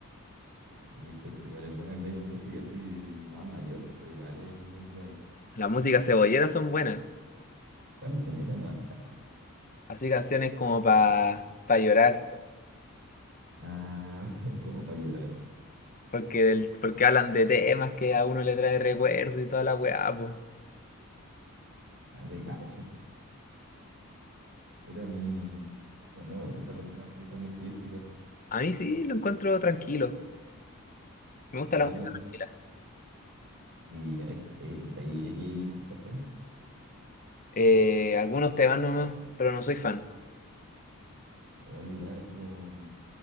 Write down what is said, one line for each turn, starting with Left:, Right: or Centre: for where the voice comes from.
Right: Ah, Yo encuentro que vale buena media música así de más mayor, pero vale es buena.
Left: Las músicas cebolleras son buenas.
Right: ¿Cuáles son esas? No las cacho.
Left: Así canciones como para pa pa llorar.
Right: Ah, <laughs> como para llorar.
Left: Porque, del, porque hablan de temas que a uno le trae recuerdos y toda la weá, pues.
Right: Ah, de cacho. Puta, a mí no, no me gustan los temas así que son muy tristes igual.
Left: A mí sí lo encuentro tranquilo. Me gusta
Right: Igual,
Left: la música tranquila.
Right: y hay- hay- escucha, y XX Tentación.
Left: Eh, algunos temas nomás, pero no soy fan.
Right: O igual así como...